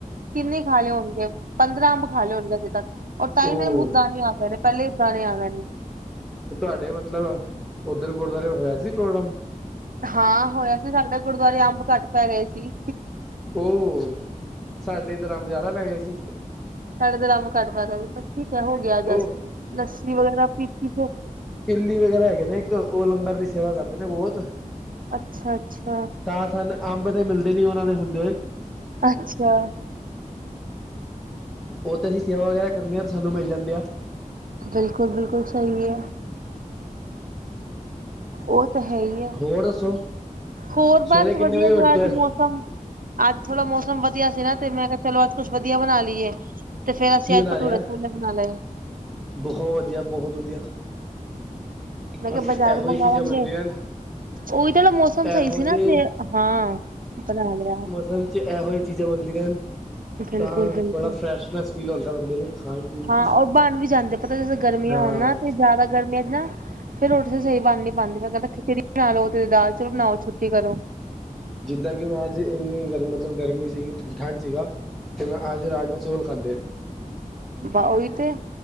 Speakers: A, on the right; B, in the centre.
A: ਕਿੰਨੇ ਖਾਲੇ ਹੋਣਗੇ ਪੰਦਰਾਂ ਅੰਬ ਖਾਲੇ ਹੋਣਗੇ ਅਜੇ ਤੱਕ। ਔਰ ਤਾਂਈ
B: ਉਹ
A: ਮੇਰੇ ਮੂੰਹ ਦਾਣੇ ਆ ਗਏ ਨੇ ਪਹਿਲੇ ਦਾਣੇ ਆ ਗਏ ਨੇ
B: ਤੇ ਤੁਵਾਡੇ ਮਤਲਬ ਔਧਰ ਗੁਰਦੁਆਰੇ ਹੋਯਾ ਸੀ ਪ੍ਰੋਗਰਾਮ?
A: ਹਾਂ ਹੋਯਾ ਸੀ ਸਾਡੇ ਗੁਰਦੁਆਰੇ ਅੰਬ ਘੱਟ ਪੈ ਗਏ ਸੀ।
B: ਔਹ, ਸਾਡੇ ਏਧਰ ਅੰਬ ਜ਼ਿਆਦਾ ਪੈ ਗਏ ਸੀ।
A: ਸਾਡੇ ਧਰ ਅੰਬ ਘੱਟ ਪੈ ਗੇ ਸਿ ਪਰ ਠੀਕ ਹੈ ਹੋ ਗਿਆ ਏਡਜਸ
B: ਉਹ
A: ਲੱਸੀ ਵਗੈਰਾ ਪੀਤੀ ਫੇਰ
B: ਇਲੀ ਵਗੈਰਾ ਹੈਗੇ ਨੇ ਇੱਕ ਉਹ ਲੰਗਰ ਦੀ ਸੇਵਾ ਕਰਦੇ ਨੇ ਬੋਹਤ
A: ਅੱਛਾ, ਅੱਛਾ।
B: ਤਾਂ ਸਨ ਅੰਬ ਤੇ ਮਿਲਦੇ ਨੀ ਉਹਨਾਂ ਦੇ ਹੁੰਦੇ ਹੋਏ
A: ਅੱਛਾ।
B: ਔਹ ਤੇ ਅਸੀਂ ਸੇਵਾ ਵਗੈਰਾ ਕਰਨੇ ਆ ਸਾਨੂੰ ਮਿਲ ਜਾਂਦੇ ਆ।
A: ਬਿਲਕੁਲ, ਬਿਲਕੁਲ ਸਹੀ ਹੈ। ਔਹ ਤਾਂ ਹੈ ਇ ਹੈ,
B: ਹੋਰ ਦੱਸੋ
A: ਹੋਰ ਬਸ
B: ਸਵੇਰੇ ਕਿੰਨੇ
A: ਵਧੀਆ
B: ਵਜੇ ਉੱਠਦੇ
A: ਅੱਜ
B: ਹੋ
A: ਮੌਸਮ ਸਾਬ ਅੱਜ ਥੋੜਾ ਮੌਸਮ ਵਧੀਆ ਸੀ ਨਾ ਤੇ ਮੈਂ ਕਿਹਾ ਚਲੋ ਅੱਜ ਕੁਛ ਵਧੀਆ ਬਣਾ ਲਈਏ। ਤੇ ਫੇਰ ਅਸੀਂ
B: ਕੀ ਬਣਾ
A: ਅੱਜ ਭਠੂਰੇ
B: ਲਿਆ
A: -ਛੋਲੇ ਬਣਾ ਲਏ।
B: ਬਹੁਤ ਵਧੀਆ, ਬਹੁਤ ਵਧੀਆ।
A: ਮੈਂ
B: ਬਸ
A: ਕਿਹਾ ਬਾਜ਼ਾਰ
B: ਇਹੋ
A: ਮਗਾਵਾੰਗੇ
B: ਹੀ ਚੀਜ਼ਾਂ ਬਣਦੀਆਂ ਹਨ
A: ਔਹੀ ਤੇ ਨਾ ਮੌਸਮ ਸਈ
B: ਇਹੋ
A: ਸੀ
B: ਜਿਹੇ
A: ਨਾ ਤੇ ਹਾਂ, ਬਨਾ ਲੇਯਾ।
B: ਸਮ ਚ ਏਹੋ ਜੇਈ ਚੀਜ਼ਾਂ ਬਣਦੀਆਨ
A: ਬਿਲਕੁਲ
B: ਤਾਂ
A: ਬਿਲਕੁਲ
B: ਥੋੜਾ ਫਰੈਸ਼-ਫਰੈਸ਼ ਫੀਲ ਹੁੰਦਾ ਬੰਦੇ ਨੂੰ। ਖਾਣ ਪੀਣ
A: ਹਾਂ,
B: 'ਚ
A: ਔਬਣ ਵੀ ਜਾਂਦੇ ਪਤਾ ਜਦੇ ਗਰਮੀਆਂ
B: ਹਾਂ
A: ਹੋਨ ਨਾ ਤੇ ਜਾਦਾ ਗਰਮੀਆਂ ਚ ਨਾ ਫੇਰ ਰੋਟੀ ਤੇ ਸਹੀ ਬਣ ਨੀ ਪਾੰਦੀ ਬੰਦਾ ਕੈਂਦਾ ਖਿਚੜੀ ਬਣਾ ਲੋ ਤੇ ਦਾਲ-ਚੋਲ ਬਣਾਓ ਤੇ ਛੁੱਟੀ ਕਰੋ।
B: ਜਿੱਦਾ ਕਿ ਮੈਂ ਅੱਜ ਇੰਨੀ ਗਰਮ ਮਤਲਬ ਗਰਮੀ ਸੀਗੀ, ਠੰਡ ਸੀਗਾ ਤੇ ਮੈਂ ਅੱਜ ਰਾਜਮ -ਚੌਲ ਖਾਦੇ।
A: ਓਹੀ ਤੇ